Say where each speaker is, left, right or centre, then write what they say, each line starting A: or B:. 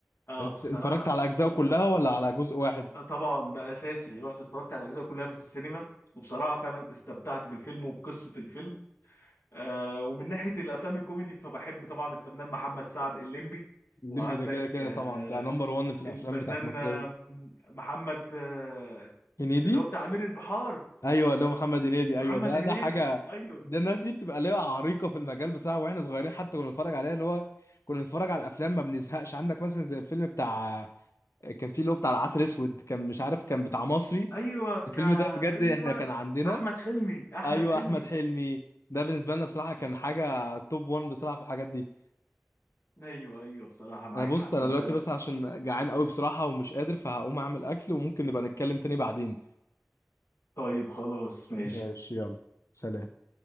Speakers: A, on the left (about 60°); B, on the left (about 85°).
A: آه
B: انت
A: بصراحة
B: انت اتفرجت على اجزائه كلها ولا على جزء واحد
A: وطبعا ده أساسي رحت اتفرجت على الأجزاء كلها في السينما وبصراحة فعلا استمتعت بالفيلم وبقصة الفيلم آه، ومن ناحية الأفلام الكوميدي فبحب طبعا الفنان محمد سعد الليمبي
B: الليمبي
A: وعندك
B: ده كده كده
A: آه،
B: طبعا ده نمبر 1 في الافلام
A: الفنان
B: بتاعت مصريه
A: آه، محمد آه،
B: هنيدي
A: اللي هو بتاع أمير البحار
B: ايوه اللي هو محمد هنيدي
A: محمد
B: ايوه ده
A: هنيدي
B: ده حاجه
A: أيوه
B: ده الناس دي بتبقى ليها عريقه في المجال بصراحه واحنا صغيرين حتى كنا بنتفرج عليها اللي هو كنا بنتفرج على الافلام ما بنزهقش عندك مثلا زي الفيلم بتاع كان فيه اللي هو بتاع العسل اسود كان مش عارف كان بتاع مصري
A: أيوه بتاع
B: الفيلم ده بجد
A: أيوه
B: احنا كان عندنا
A: أحمد حلمي أحمد
B: ايوه
A: حلمي
B: احمد حلمي ده بالنسبه لنا بصراحه كان حاجه توب 1 بصراحه في الحاجات دي
A: أيوه أيوه بصراحة معاك
B: انا بص
A: حق
B: انا
A: أنا
B: دلوقتي
A: فعلا
B: بس عشان جعان قوي بصراحه ومش قادر فهقوم اعمل اكل وممكن نبقى نتكلم تاني بعدين
A: طيب خلاص ماشي
B: ماشي يلا سلام